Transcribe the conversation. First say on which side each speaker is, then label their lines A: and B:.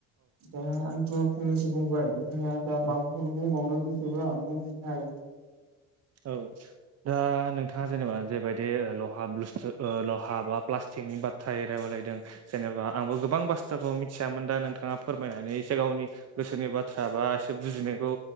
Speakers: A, on the right; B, on the right.
A: दा आंथ' फंनैसो बुंबाय बिथाङा दा
B: औ
A: माबाफोर बुंबावनो गोसोबा बुंफिननो हागोन
B: औ दा नोंथाङा जेनेबा जेबायदि लहा लहा बा प्लास्टिकनि बाथ्रा रायायलायदों जेनेबा आंबो गोबां बाथ्राखौ मिथियामोन दा नोंथाङा फोरमायनानै एसे गावनि गोसोनि बाथ्रा बा एसे बु बुजिनायखौ